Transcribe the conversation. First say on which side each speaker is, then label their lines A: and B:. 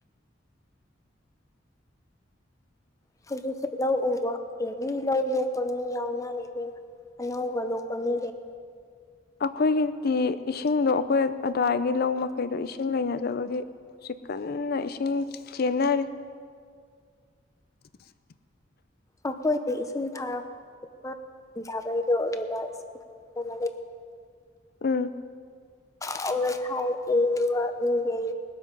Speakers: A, on the left; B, on the left.
A: <unintelligible> ꯂꯧ ꯎꯕ ꯑꯦꯅꯤ ꯂꯧ ꯌꯦꯛꯄ ꯃꯤ ꯌꯥꯎꯅꯔꯦ ꯏꯕꯦꯝꯃ ꯑꯅꯧꯕ ꯂꯣꯛꯄ ꯃꯤ ꯒꯩ
B: ꯑꯩꯈꯣꯏꯒꯤ ꯇꯤ ꯏꯁꯤꯡꯗꯣ ꯑꯩꯈꯣꯏ ꯑꯗꯨꯋꯥꯏꯒꯤ ꯂꯧ ꯃꯈꯩꯗꯣ ꯏꯁꯤꯡ ꯂꯩꯅꯗꯕꯒꯤ ꯍꯧꯖꯤꯛ ꯀꯟꯅ ꯏꯁꯤꯡ ꯆꯦꯟꯅꯔꯤ <inaudible>
A: ꯑꯩꯈꯣꯏꯗꯤ ꯏꯁꯤꯡ ꯊꯥꯔꯛ ꯄ ꯗꯥꯕꯩꯗ <unintelligible> ꯆꯥꯎꯅ
B: ꯎꯝ
A: ꯊꯥꯔꯛꯑꯦ ꯑꯗꯨꯒ ꯃꯤꯒꯩ